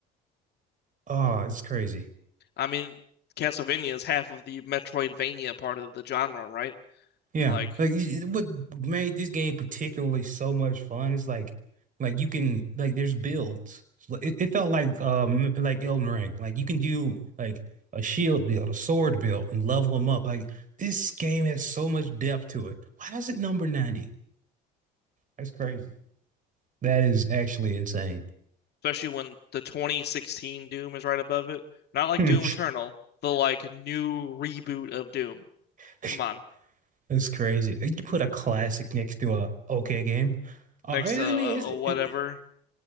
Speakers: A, on the right (about 40°); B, on the left (about 55°).
A: Oh, it's crazy.
B: I mean, Castlevania is half of the Metroidvania part of the genre, right?
A: Yeah,
B: Like,
A: like y- what made this game particularly so much fun is like, like you can like there's builds. Like, It, it felt like um like Elden Ring. Like you can do like a shield build, a sword build, and level them up. Like this game has so much depth to it. Why is it number 90? That's crazy. That is actually insane.
B: especially when the 2016 Doom is right above it. Not like
A: Hmm.
B: Doom Eternal, the like new reboot of Doom.
A: <laughs>
B: Come on,
A: That's crazy. You put a classic next to a okay game. All
B: next
A: right,
B: to
A: I
B: uh,
A: mean, it's,
B: uh,
A: it,
B: whatever